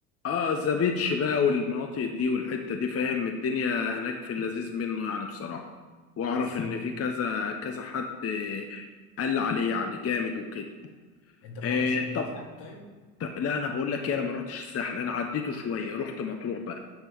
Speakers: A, on the left; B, on the left.
A: اه ذا بيتش بقى والمناطق دي والحته دي فاهم الدنيا هناك في اللذيذ منه يعني بصراحه واعرف
B: بالظبط
A: ان في كذا كذا حد آه، قال عليه يعني جامد وكده
B: انت ما
A: آه
B: رحتش الساحل
A: طب
B: طيب
A: طب- لا انا بقول لك ايه انا ما روحتش الساحل انا عديته شويه رحت مطروح بقى